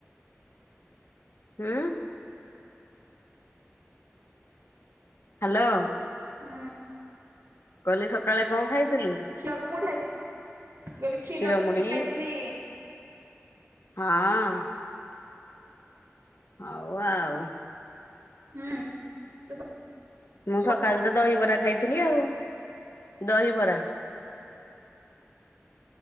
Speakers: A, on the left; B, on the right.
A: ହୁଁ ହାଲୋ
B: ହଁ
A: କହିଲି ସକାଳେ କଣ ଖାଇଥିଲୁ
B: କ୍ଷୀରକୁ ମୁଢି ଖାଇଥିଲି କହିଲି କ୍ଷୀରକୁ
A: କ୍ଷୀର ମୁଡି
B: ମୁଢି ଖାଇଥିଲି
A: ହଁ। ହଉ ଆଉ।
B: ହୁଁ ତୁ
A: ମୁଁ
B: ତୁ
A: ସକାଳେ ତ ଦହିବରା ଖାଇଥିଲି ଆଉ, ଦହିବରା।